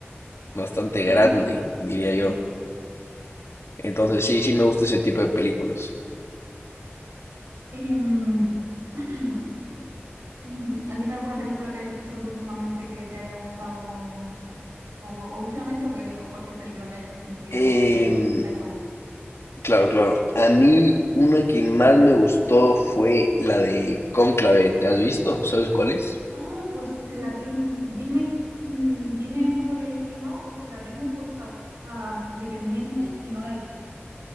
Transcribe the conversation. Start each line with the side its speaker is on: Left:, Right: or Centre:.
Left: bastante
Right: sí,
Left: grande, diría yo.
Right: sí.
Left: Entonces sí, sí me gusta ese tipo de películas.
Right: Y, mm, <clears throat> <clears throat> Dime alguna película que hayas visto tú últimamente que te haya gustado mucho. O, o últimamente o, que, o cualquier película que hayas visto en tu vida.
Left: Em,
Right: O serie, me da igual.
Left: Claro, claro. A mí una que más me gustó fue la de Cónclave. ¿Te has visto? ¿Sabes cuál es?
Right: Ah, pues la ten- dime, mm, dime un poco de qué va porque la tengo puesta para dependiente y no la he visto.